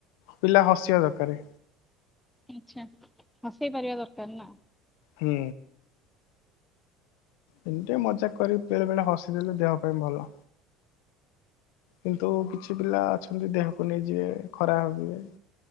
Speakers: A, on the left; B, in the centre.
A: ପିଲା ହସିବା ଦରକାରେ।
B: ଆଚ୍ଛା ହସେଇ ପାରିବା ଦରକାର୍ ନା?
A: ହୁଁ। ଏମିତି ଟିକେ ମଜାକ୍ କରିକି ବେଳେ ବେଳେ ହସିଦେଲେ ଦେହ ପାଇଁ ଭଲ। କିନ୍ତୁ କିଛି ପିଲା ଅଛନ୍ତି, ଦେହକୁ ନେଇଯିବେ ଖରାପ୍ ଭାବିବେ।